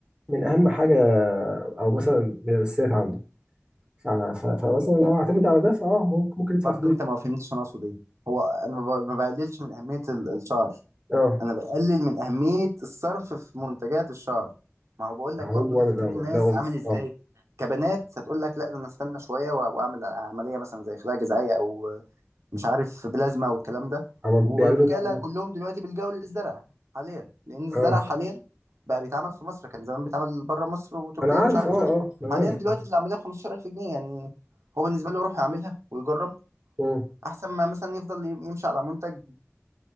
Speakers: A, on the right (about 20°); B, on the right (about 80°).
A: من اهم حاجه او مثلا من الاساسيات عنده ف- ف- فمثلا لو اعتمد على ده فاه ممكن ممكن يدفع
B: برضه
A: فلوس
B: انت ما فهمتش انا اقصد ايه هو انا ما ب- ما بقللش من اهميه ال- الشعر
A: اه
B: انا بقلل من اهميه الصرف في منتجات الشعر ما هو بقول لك
A: هو
B: برضو تفكير
A: لو
B: الناس
A: لو
B: عامل ازاي
A: اه
B: كبنات هتقول لك لا ده انا استنى شويه وأ- واعمل عمليه مثلا زي خلايا جذعيه او مش عارف بلازما والكلام ده
A: هو بيعملوا
B: والرجاله
A: ده اه
B: كلهم دلوقتي بيلجأوا للزرع حاليا لان الزرع
A: آه.
B: حاليا بقى بيتعمل في مصر كان زمان بيتعمل بره مصر وتركيا
A: انا عارف
B: ومش عارف
A: اه
B: ايه
A: اه انا
B: حاليا
A: عارف
B: دلوقتي
A: اه
B: اللي عملها ب 15000 جنيه يعني هو بالنسبه له يروح يعملها ويجرب
A: اه
B: احسن ما مثلا يفضل يمشي على منتج